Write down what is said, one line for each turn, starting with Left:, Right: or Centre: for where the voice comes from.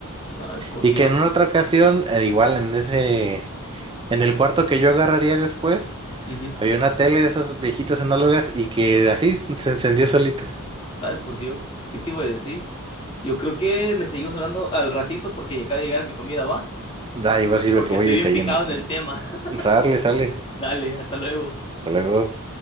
Left: Ay, por
Right: Y
Left: Dios.
Right: que en una otra ocasión, eh, igual en ese, en el cuarto que yo agarraría después,
Left: Ujú.
Right: había una tele de esas viejitas análogas y que así se encendió solita.
Left: Ay, por Dios. ¿Qué te iba a decir? Yo creo que le seguimos hablando al ratito porque ya acaba de llegar mi comida, ¿va?
Right: Da, igual sirve
Left: Porque
Right: que voy
Left: estoy
Right: y desayuno.
Left: bien picado en el tema.
Right: Sale, sale.
Left: <laughs> Dale, hasta luego.
Right: Hasta luego.